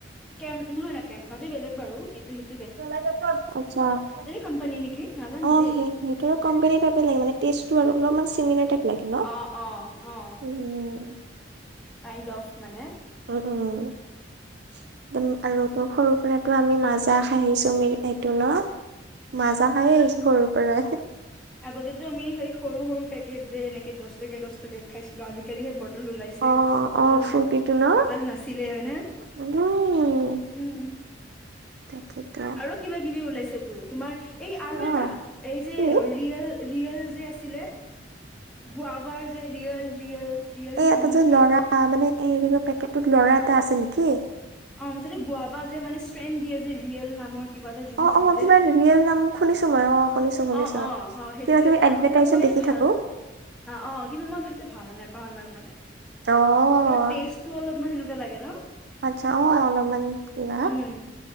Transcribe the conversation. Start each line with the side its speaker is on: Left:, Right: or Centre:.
Centre: কেম্প নহয় নহয়, কেম্পাটো বেলেগ বাৰু। এইটো হিটো
Right: আচ্চা অ'
Centre: কোম্পানী নেকি নাজানো দেই
Right: সেইটো আৰু কম্পেনী তেচটো আৰু অলপমান চিমি টাইপ লাগে ন
Centre: অ' অ' অ'
Right: উম
Centre: কাইণ্ড অফ মানে।
Right: উমম আৰু তো সৰু পৰাতটো আমি মাজা খাই আহিছো মেৰী এইটো ন? মাজা খাই আহিছোঁ সৰু পৰা
Centre: আগতেটো আমি সেই সৰু সৰু পেকেজ যে এনেকে দহটকে দহটকে খাইছিলো, আজিকালি সেই ব বটল ওলাইছে,
Right: অ
Centre: আৰু
Right: অ
Centre: আগতেটো
Right: ফ্ৰুটিটো ন
Centre: বটল নাছিলে হয়নে
Right: উম
Centre: উম উম।
Right: তাকেতো
Centre: আৰু কিবা কিবি ওলাইছে তো তোমাৰ এই আৰু এটা
Right: অ
Centre: এই যে
Right: কি
Centre: ৰিয়েল যে আছিলে গুয়াৱাৰ ৰিয়েল। ৰিয়েল ৰিয়েল
Right: এ এটা
Centre: নাম নেকি
Right: যে ল'ৰা মানে এই পেকেটত লৰা এটা আছে নেকি?
Centre: অ' মুঠতে গুয়াৱা যে মানে শ্ৰেন দিয়ে যে ৰিয়েল নামৰ কিবা এটা জুচ
Right: অ'
Centre: আছিল
Right: অ'
Centre: যে
Right: কিবা ৰিয়েল নাম শুনিছো মই অ' শুনিছো শুনিছো
Centre: অ' অ' অ' সেইটো
Right: কিবা কিবি
Centre: এটা
Right: এডভাৰটাইজত
Centre: বাট মই এইটো
Right: দেখি
Centre: ভাল
Right: থাকো
Centre: অ' অ' কিন্তু মই সেইটো ভাল নাপাওঁ ইমান মানে
Right: অ
Centre: কিবা টেষ্টটো অলপমান লাগে ন
Right: আচ্ছা অ' অলপমান কিবা
Centre: উম